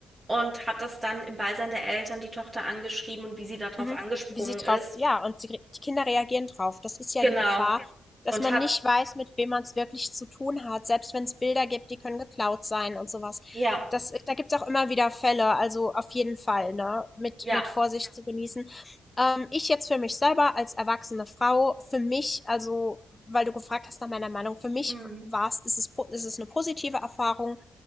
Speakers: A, on the right; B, on the left.
A: Und hat das dann im Beisein der Eltern die Tochter angeschrieben und wie sie darauf
B: Mhm.
A: angesprungen
B: Wie sie drauf
A: ist.
B: ja, und sie die Kinder reagieren drauf. Das ist ja
A: Genau.
B: die Gefahr, Ja. dass
A: Und
B: man
A: hat,
B: nicht weiß, mit wem man es wirklich zu tun hat, selbst wenn es Bilder gibt, die können geklaut sein und sowas.
A: ja,
B: Das da gibt es auch immer wieder Fälle, also auf jeden Fall, ne, mit
A: ja,
B: mit Ja. Vorsicht zu genießen. Ähm, ich jetzt für mich selber als erwachsene Frau, für mich also, weil du gefragt hast nach meiner Meinung, für mich
A: mhm.
B: war es, ist es po ist es eine positive Erfahrung.